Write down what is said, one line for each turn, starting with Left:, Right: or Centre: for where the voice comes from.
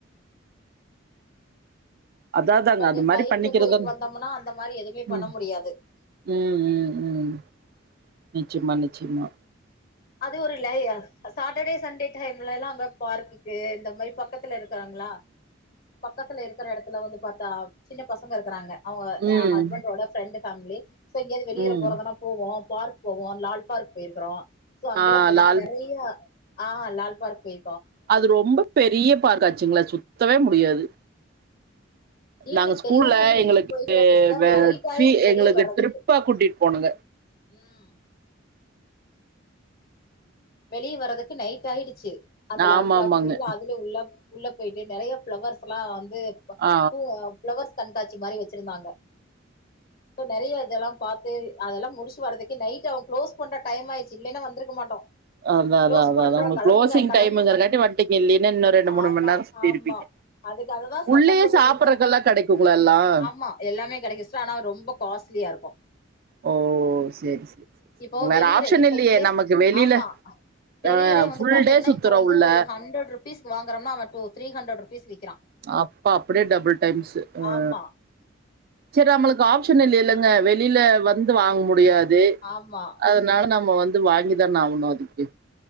Right: அதாதாங்க
Left: பட்
Right: அது மாரி
Left: பைக்ல
Right: பண்ணிக்கிறது
Left: போயிட்டு வந்தம்னா அந்த மாரி எதுமே பண்ண
Right: ம்.
Left: முடியாது
Right: ம் ம் ம் நிச்சய்மா நிச்சய்மா
Left: அது ஒரு லேயா சாட்ட டே சண்டே டைம்லல்லா அ பார்க்குக்கு இந்த மாதிரி பக்கத்துல இருக் காங்ளா பக்கத்துல இருக்கிற எடத்துல வந்து பாத்தா சின்ன பசங்க இருக்கறாங்க அவங்க
Right: ம்,
Left: என் ஹஸ்பண்டோட ஃப்ரெண்டு் ஃபேம்லி சோ எங்கயாவது வெளியேற
Right: ம்.
Left: போறதுனா போவோ பார்க் போவோ லால் பார்க் போயிருக்குறோ சோ அங்கல்லா
Right: ஆ
Left: பாத்தீங்கன்னா
Right: லால்
Left: நெறைய ஆ லால் பார்க் போய்
Right: அது ரொம்ப பெரிய பார்க்காட்சுங்களே சுத்தவே முடியாது
Left: ஈவி்னிங்
Right: நாங்க ஸ்கூல்ல
Left: தெரியாம ஈவி்னிங்
Right: எங்களுக்கு
Left: போயிட்டோ சிஸ்டர்
Right: வே
Left: நைட் ஆய்ருச்சு
Right: ஃபீ
Left: வெளிய
Right: எங்களுக்கு
Left: வர்றதுக்கு
Right: ட்ரிப்பா கூட்டிட்டு போனோங்க.
Left: ம் வெளிய வர்றதுக்கு நைட் ஆய்டுச்சு அந்த லால்பா
Right: ஆமா ஆமாங்க.
Left: ஃபுல்லா அதுல உள்ள உள்ள போய்ட்டு நெறைய ஃப்ளவர்ஸ்ல்லா வந்து
Right: ஆ
Left: பூ ஃப்ளவர்ஸ் கண்காட்சி மாரி வச்சிருந்தாங்க‌ சோ நெறைய இதெல்லா பாத்து அதெல்லா முடிச்சு வரதுக்கு நைட் அவ க்ளோஸ் பண்ற டைம் ஆய்ருச்சு இல்லன்னா வந்திருக்க மாட்டோ
Right: ஆ அதான்
Left: க்ளோஸ்
Right: அதான் அதான்
Left: பண்றோ
Right: அதான் உங்களுக்கு
Left: கெளம்புங்க
Right: க்ளோசிங்
Left: கெளம்புங்க
Right: டைமுங்கிறங்காட்டி வந்ட்டீங்க இல்லைன்னா இன்னும்
Left: ஆமா
Right: மணி நேரம் சுத்திருப்பீங்க.
Left: ஆமா அதுக்காகதா சத்த
Right: உள்ளயே
Left: போட்டுட்டு
Right: சாப்பிடறக்கெல்லாம்
Left: இருந்த
Right: கெடைக்குங்களா எல்லாம்?
Left: ஆமா எல்லாமே கெடைக்கு சிஸ்டர் ஆனா ரொம்ப காஸ்ட்லியா இருக்கு
Right: ஓ! சரி, சரி.
Left: இப்போ
Right: வேற
Left: வெளியற
Right: ஆப்ஷன்
Left: இப்ப
Right: இல்லையே
Left: இதே
Right: நமக்கு வெளியில
Left: ஆமா வெளியற
Right: அ
Left: வந்து
Right: ஃபுல்
Left: பாத்தீங்கன்னா
Right: டே சுத்துறோம்
Left: இப்ப வந்து
Right: உள்ள.
Left: ஒரு ஹண்ட்ரட் பீஸ் க்கு வாங்குறோமா அவ டு த்ரீஹண்ட்ரட் ருபிஸ் விக்கிறா
Right: அப்ப அப்டியே டபுள் டைம்ஸ் அ
Left: ஆமா
Right: சரி நம்மளுக்கு ஆப்ஷன் இல்லைல்லங்க வெளில வந்து வாங்க முடியாது
Left: ஆமா
Right: அது அதனால நம்ம வந்து வாங்கி தான ஆகணு அதுக்கு